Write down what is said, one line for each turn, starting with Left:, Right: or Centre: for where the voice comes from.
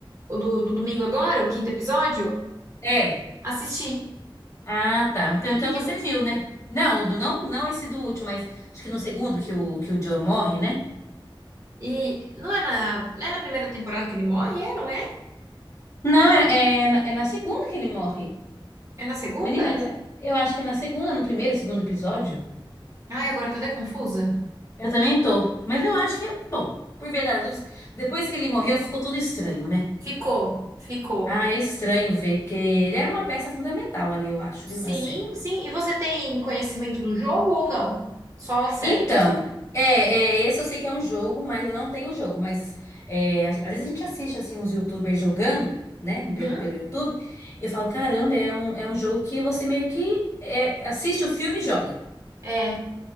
Right: o do, do domingo agora, o quinto episódio?
Left: É.
Right: Assisti.
Left: Ah, tá. Então, então
Right: Que que-
Left: você viu, né? Não, o do, não, não esse do último, mas acho que no segundo que o, que o Joe morre, né?
Right: e não é na, não é na primeira temporada que ele morre, é, não é?
Left: Não, é, é na é na segunda que ele morre.
Right: É na segunda?
Left: Menina, eu acho que é na segunda, no primeiro, segundo episódio.
Right: Ai, agora eu tô até confusa.
Left: Eu também tô. Mas eu acho que é. Bom, por ver das dúvidas, depois que ele morreu, ficou tudo estranho, né?
Right: Ficou, ficou.
Left: Ah, é estranho ver, porque ele era uma peça fundamental ali, eu acho,
Right: Sim,
Left: viu, na série.
Right: sim. E você tem conhecimento do jogo ou não? Só a série.
Left: Então, é, é, esse eu sei que é um jogo, mas eu não tenho o jogo. Mas é, às às vezes a gente assiste assim uns YouTubers jogando, né,
Right: Uhum.
Left: pelo, pelo YouTube, e eu falo, caramba, é um, é um jogo que você meio que é, assiste o filme e joga.
Right: É.